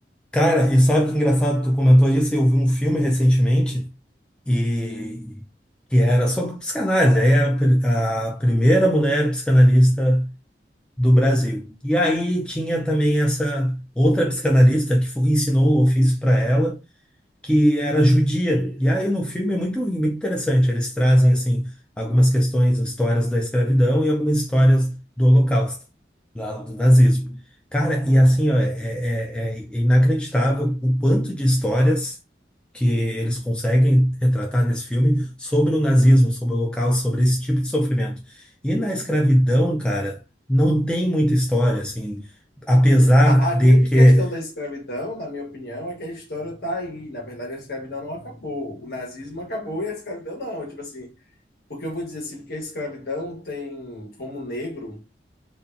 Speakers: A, in the centre; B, on the left.
A: Cara, e sabe que engraçado, tu comentou isso, eu vi um filme recentemente e que era sobre psicanálise, aí era a pri- a primeira mulher psicanalista do Brasil. E aí tinha também essa outra psicanalista que foi- ensinou o ofício para ela que era judia. E aí no filme é muito, muito interessante. Eles trazem assim algumas questões, histórias da escravidão e algumas histórias do Holocausto, lá do nazismo. Cara, e assim ó, é, é- é é inacreditável o quanto de histórias que eles conseguem retratar nesse filme sobre o nazismo, sobre o Holocausto, sobre esse tipo de sofrimento. E na escravidão, cara, não tem muita história assim, apesar
B: A, a grande
A: de que
B: questão da escravidão, na minha opinião, é que a história está aí. Na verdade, a escravidão não acabou. O nazismo acabou e a escravidão não. Tipo assim, porque eu vou dizer assim, porque a escravidão tem, como negro,